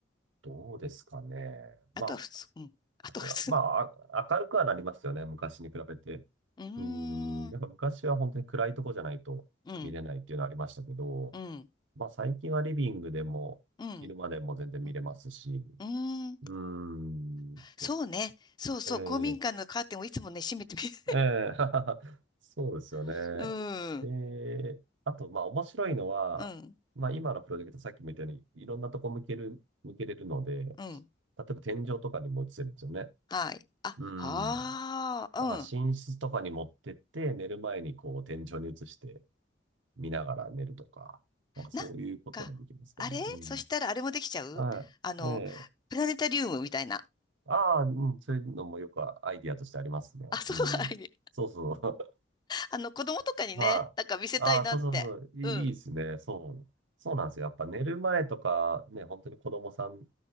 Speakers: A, on the right; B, on the left.
A: どうですかね。
B: あとは普通、
A: まあ、
B: うん。あとは普通。
A: まあ、あ明るくはなりますよね。昔に比べて。
B: うー
A: うーん、やっぱ昔は本当に暗いとこじゃないと見れないっていうのはありましたけど、
B: ん、うん、うん。
A: まあ最近はリビングでも、
B: うん。
A: 昼間でも全然見れますし、
B: うん。うーん
A: うーんと、
B: そうね。そうそう。
A: ええ
B: 公民館のカーテンをいつもね、閉めてみる。
A: ええ <laughs> そうですよね。
B: <laughs> う
A: で、
B: ん。
A: あと、まあ面白いのは、
B: うん。
A: まあ今のプロジェクトさっきも言ったように、いろんなとこ向ける、向けれるので、例
B: うん。
A: えば天井とかにも映せるんですよね。
B: はい。あ、
A: うん。
B: ああ、
A: だから寝室とかに持ってって、
B: うん。
A: 寝る前にこう天井に移して見ながら寝るとか、なんかそういうこともできますけどね。
B: なんか、あれそしたらあれもできちゃうあの、
A: うん。はい。ええ
B: プラネタリウムみたいな。
A: ああ、うん、そういうのもよくアイディアとしてありますね。
B: あ、そう、
A: うん。
B: <laughs> はい
A: そうそう。
B: あの、子供とかにね、
A: <laughs> はい。
B: なんか見せたいなって。
A: ああ、そうそうそう。いい、
B: うん。
A: いいですね。そう。そうなんですよ。やっぱ寝る前とか、ね、本当に子供さん